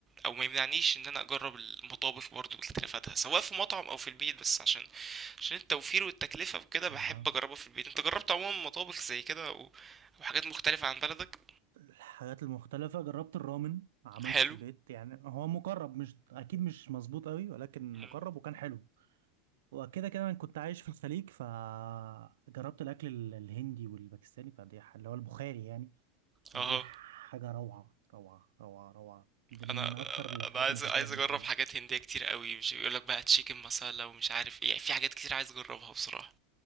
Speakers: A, on the right; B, on the right.
A: او ما يمنعنيش ان انا اجرب المطابخ برضو واختلافاتها سواء في مطعم او في البيت بس عشان عشان التوفير والتكلفة وكده بحب
B: اها
A: اجربها في البيت انت جربت عموما مطابخ زي كده او او حاجات مختلفة عن بلدك
B: الحاجات المختلفة جربت الرامن عملته
A: حلو
B: في البيت يعني هو مقرب مش اكيد مش مظبوط قوي ولكن
A: مم.
B: مقرب وكان حلو وكده كده انا كنت عايش في الخليج فجربت الاكل ال- الهندي والباكستاني فدي ح- اللي هو البخاري يعني ودي
A: اها
B: حاجه روعه روعه روعه روعه دي من
A: انا
B: اكتر الاكلات
A: انا عايز
B: المفضله
A: عايز
B: بالنسبه
A: اجرب
B: لي
A: حاجات هندية كتير قوي مش بيقولك بقى تشيكن مسالة ومش عارف ايه يعني في حاجات كتير عايز اجربها بصراحة